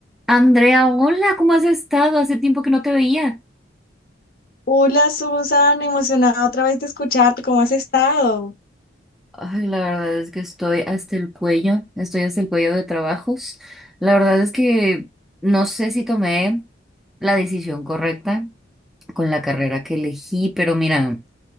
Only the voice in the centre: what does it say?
Andrea, hola, ¿cómo has estado? Hace tiempo que no te veía.
Ay, la verdad es que estoy hasta el cuello, estoy hasta el cuello de trabajos. La verdad es que no sé si tomé la decisión correcta con la carrera que elegí, pero mira,